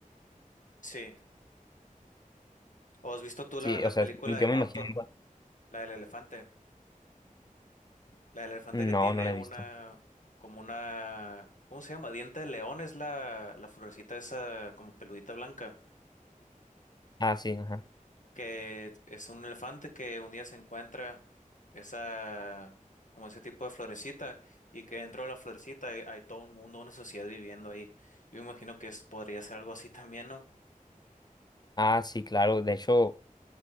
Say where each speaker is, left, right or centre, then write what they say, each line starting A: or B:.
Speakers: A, on the left (about 60°); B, on the left (about 30°).
A: Sí. ¿O has visto tú la,
B: Sí,
A: la
B: o sea,
A: película
B: yo
A: de Norton,
B: me imagino igual.
A: la del elefante? La del elefante
B: No,
A: que tiene
B: no la
A: una,
B: he visto.
A: como una, ¿cómo se llama? Diente de león es la, la florecita esa como peludita blanca.
B: Ah, sí, ajá.
A: que es un elefante que un día se encuentra esa, como ese tipo de florecita y que dentro de la florecita hay, hay todo un mundo, una sociedad viviendo ahí. Yo me imagino que es, podría ser algo así también, ¿no?
B: Ah, sí, claro. De hecho,